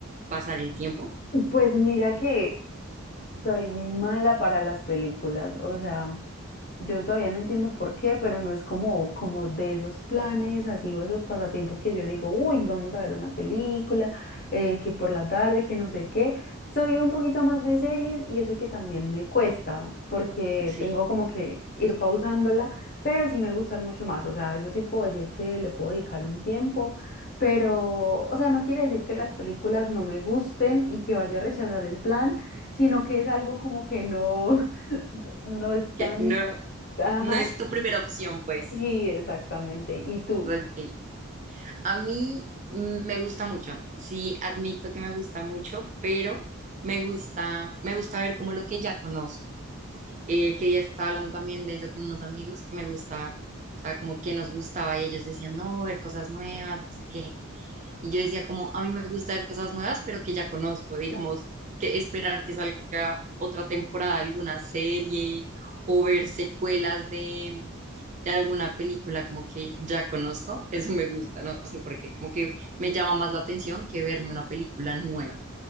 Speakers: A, on the right; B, on the left.
A: pasar el tiempo?
B: Pues mira que Soy mala para las películas, o sea, yo todavía no entiendo por qué, pero no es como, como de esos planes así o esos pasatiempos que yo digo, uy, vamos a ver una película, eh, que por la tarde, que no sé qué. Soy un poquito más de series y eso que también me cuesta, porque
A: Sí,
B: tengo como que ir pausándola, pero sí me gustan mucho más, o sea, eso sí puedo decir que le puedo dedicar un tiempo. Pero, o sea, no quiere decir que las películas no me gusten y que vaya a rechazar el plan, sino que es algo como que no, <laughs> no es
A: que
B: tan...
A: no,
B: Ajá,
A: no es tu primera opción, pues.
B: sí, exactamente. ¿Y tú?
A: Ok. A mí mm, me gusta mucho, sí, admito que me gusta mucho, pero me gusta, me gusta ver como lo que ya conozco. eh, que ya estaba hablando también de eso con unos amigos que me gustaba, o sea, como que nos gustaba y ellos decían, no, ver cosas nuevas, no sé qué. Y yo decía como, a mí me gusta ver cosas nuevas, pero que ya conozco, digamos, que esperar que salga otra temporada de alguna serie o ver secuelas de, de alguna película como que ya conozco, eso me gusta, no sé por qué, como que me llama más la atención que verme una película nueva.